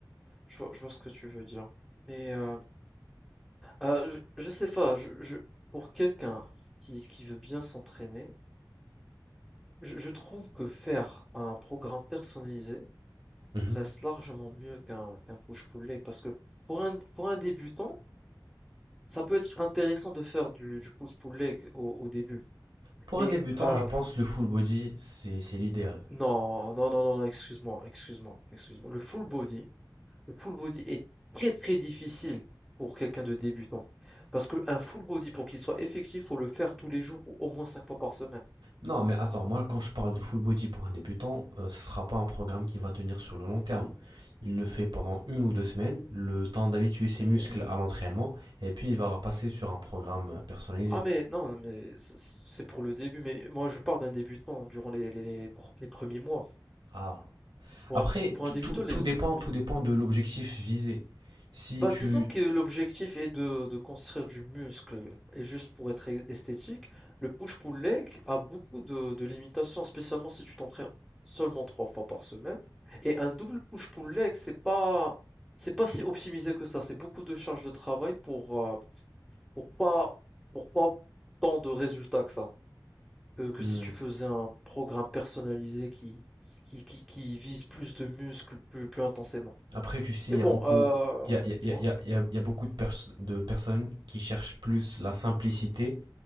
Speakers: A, in the centre; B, on the right.
A: je vois, je vois ce que tu veux dire. Mais euh, euh, je, je sais pas. Je, je, pour quelqu'un qui, qui veut bien s'entraîner, je, je trouve que faire un programme personnalisé
B: Mhm.
A: reste largement mieux qu'un qu'un push-pull leg parce que pour un pour un débutant, ça peut être intéressant de faire du, du push-pull leg au, au début,
B: Pour
A: mais
B: un débutant,
A: euh,
B: je pense que le full body, c'est c'est l'idéal.
A: Non, non, non, non, non, excuse-moi, excuse-moi, excuse-moi. Le full body, le full body est très très difficile pour quelqu'un de débutant. Parce qu'un full body, pour qu'il soit effectif, faut le faire tous les jours ou au moins cinq fois par semaine.
B: Non, mais attends, moi quand je parle de full body pour un débutant, euh, ce ne sera pas un programme qui va tenir sur le long terme. Il le fait pendant une ou deux semaines, le temps d'habituer ses
A: Oui.
B: muscles à l'entraînement, et puis il va passer sur un programme euh, personnalisé.
A: Ah mais non, mais c- c'est pour le début, mais moi je parle d'un débutant durant les, les, les pr- les premiers mois.
B: Ah,
A: Pour
B: Après,
A: un, pour
B: tout,
A: un débutant,
B: tout- tout
A: les...
B: dépend,
A: oui.
B: tout dépend de l'objectif visé. Si
A: Ben,
B: tu...
A: disons que l'objectif est de, de construire du muscle. Et juste pour être e- esthétique, le push-pull leg a beaucoup de, de limitations, spécialement si tu t'entraînes seulement trois fois par semaine. Et un double push-pull leg, c'est pas, c'est pas si optimisé que ça. C'est beaucoup de charges de travail pour, euh, pour pas, pour pas tant de résultats que ça. Que, que
B: Hmm.
A: si tu faisais un programme personnalisé qui, qui, qui, qui vise plus de muscles plus, plus intensément.
B: Après, tu sais,
A: Mais
B: il y
A: bon,
B: a beaucoup,
A: euh,
B: il y a, il y a-
A: dis-moi.
B: il y a- il y a- il y a beaucoup de, perso- de personnes qui cherchent plus la simplicité